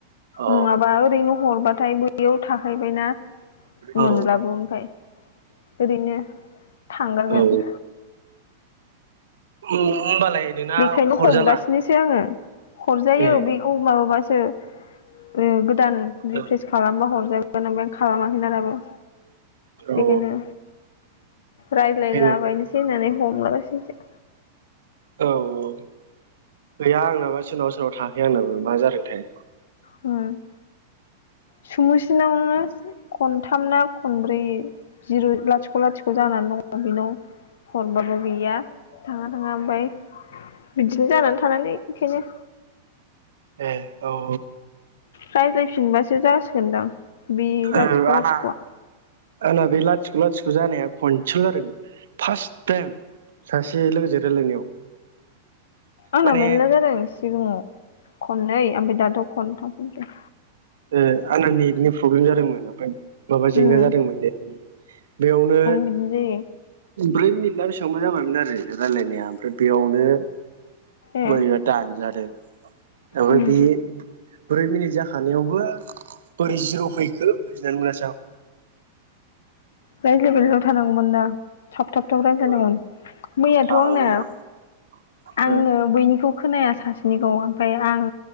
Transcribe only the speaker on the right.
औ
औ
औ होमबालाय नोंना
हरजाला
ए
औ
औ
बेखायनो
औ औ गैया आंनाबा सोरनावा सोरनावा थाखै आंनाबो मा जादों थाय
ए औ
औ
आंना
आंना बे लाथिख लाथिख जानाया खनसेल जादों फार्स्ट टाइम सासे लोगोजों रायलायनायाव
माने
ए आंना नेथनि प्रब्लेम जादोंमोन ओमफ्राय माबा जेंना
जादोंमोन नेथनि बेयावनो
ब्रै मिनिट ना बेसेबांबा जाबायमोन आरो रायलायनाया ओमफ्राय बेयावनो
बोरैबा दानजादों ओमफाय
बे ब्रै मिनिट जाखा बेयावबो बोरै जिर फैखो बुजिनानै मोनासै आं
ओ
थानांगौमोन
ओ